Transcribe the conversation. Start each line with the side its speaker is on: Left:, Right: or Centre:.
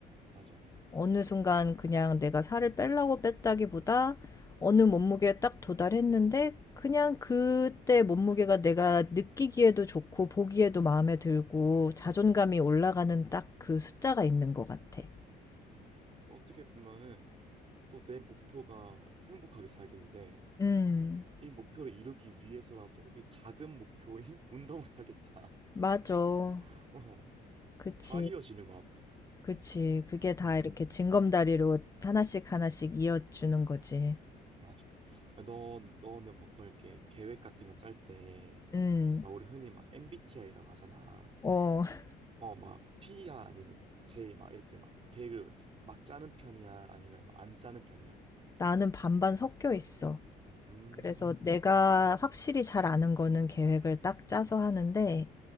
Right: 맞아.
Left: 어느 순간 그냥 내가 살을 빼려고 뺐다기보다 어느 몸무게에 딱 도달했는데 그냥 그때 몸무게가 내가 느끼기에도 좋고 보기에도 마음에 들고 자존감이 올라가는 딱 그 숫자가 있는 것 같아.
Right: 음. 그러니까 어떻게 보면은 또 내 목표가 행복하게 살기인데
Left: 음,
Right: 이 목표를 이루기 위해서라도 이 작은 목표인 <laughs> 운동을 해야겠다.
Left: 맞아.
Right: <laughs> 어,
Left: 그치.
Right: 다 이어지는 것 같아.
Left: 그치. 그게 다
Right: 음,
Left: 이렇게 징검다리로 하나씩 하나씩 이어주는 거지.
Right: 맞아. 아, 너, 너는 보통 이렇게 계획 같은 거 짤 때,
Left: 음,
Right: 막 우리 흔히 막 MBTI라고 하잖아.
Left: 어, <laughs>
Right: 어, 막 P야 아니면 J 막 이렇게 막 계획을 막 짜는 편이야? 아니면 막 안 짜는 편이야?
Left: 나는 반반 섞여 있어.
Right: 음,
Left: 그래서 내가 확실히 잘 아는 거는 계획을 딱 짜서 하는데,